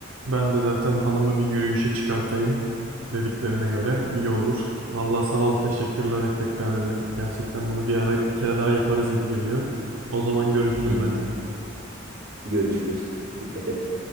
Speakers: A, on the right; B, on the right.
A: Ben de zaten hanımı bir yürüyüşe çıkartayım dediklerine göre iyi olur. Vallahi sağ ol, teşekkürler tekrar ederim. Gerçekten bunu bir ara bir kere daha yaparız gibi geliyor. O zaman görüşürüz
B: Hı hı.
A: bence.
B: Görüşürüz. Dikkat et.